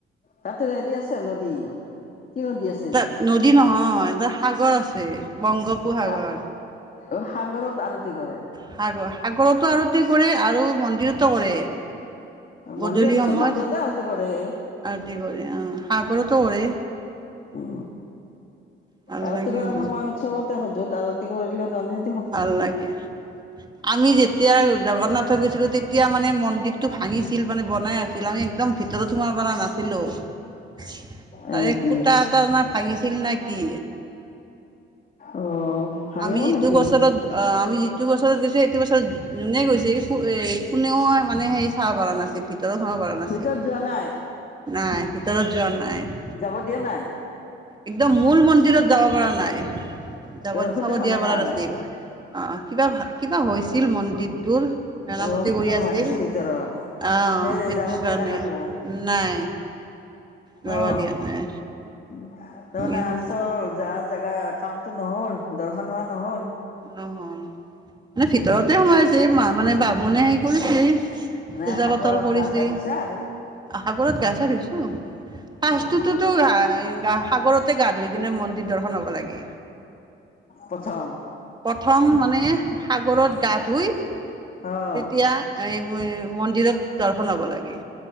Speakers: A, on the left (about 45°); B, on the right (about 20°).
A: তাতে হেৰি আছে নদী কি নদী আছে
B: তাত নদী নহয় তাত সাগৰ আছে বংগোপসাগৰ
A: সা অ', সাগৰত আৰতি কৰে
B: সাগৰ সাগৰতো আৰু কি কৰে আৰু মন্দিৰতো কৰে গধূলি
A: মন্দিৰত
B: সময়ত
A: চব মন্দিৰতে আৰতি কৰে
B: আদি কৰে আহ সাঁহ ঘৰতো কৰে
A: উ
B: ভাল
A: আৰতি
B: লাগে
A: কৰা
B: আৰু
A: সময় হ চবতে সজুত আৰতি কৰিলেওহ
B: ভাল লাগে আমি যেতিয়া জগন্নাথত গৈছিলো তেতিয়া মানে মন্দিৰ টো ভাঙিছিল মানে বনাই আছিল আমি একদম ভিতৰত সোমাব পৰা নাছিলো তাৰে
A: এনেকি
B: এই সুতা এটানা ভাঙিছিল নে কি
A: অ' ভাঙেও
B: আমি যিটো
A: নেকি?
B: বছৰত অহ আমি যি এইটো বছৰত গৈছে এইটো বছৰত যোনে গৈছে এ কোনেও মানে হেৰি চাব পৰা নাছিল ভিতৰত পৰা নাছিল
A: ভিতৰত যোৱা নাই?
B: নাই ভিতৰত জ্বোৱা নাই <inaudible>
A: যাব দিয়া নাই?
B: একদম মূল মন্দিৰত যাব পৰা নাই যাব
A: অ' খুটা
B: চাম
A: ভাঙা
B: দিয়া পৰা
A: কাৰণে
B: নাছিল অ অ কিবা হৈছিল মন্দিত দোৰ মেৰামতি
A: অ' কিবা
B: কৰি আছিল
A: ভাংছি
B: অ
A: ভিতৰত। সেই
B: সেইটো
A: যাব দিয়া
B: কাৰণে
A: নাই কাকো
B: নাই যাব
A: অ
B: দিয়া নাই
A: তাৰমানে
B: কিন্তু
A: আছো যা জাগা কামটো নহল দৰ্শন হোৱা নহল <inaudible>
B: নহ'ল মানে ভিতৰতে সোমাইছে মা মানে বামুণে হেৰি কৰি
A: মানে
B: পূজা
A: সাগৰত
B: পাতল কৰিছে
A: গা চা ধুইছা আৰু
B: সাগৰত গা চা ধূইছো পাচটোতো
A: অ'।
B: গা সাগৰতে গা ধুই কিনে মন্দিৰ দৰ্শন হ'ব লাগে
A: প্ৰথম
B: প্ৰথম মানে সাগৰত গা ধুই তেতিয়া
A: অ'
B: এই মন্দিৰত দৰ্শন হব লাগে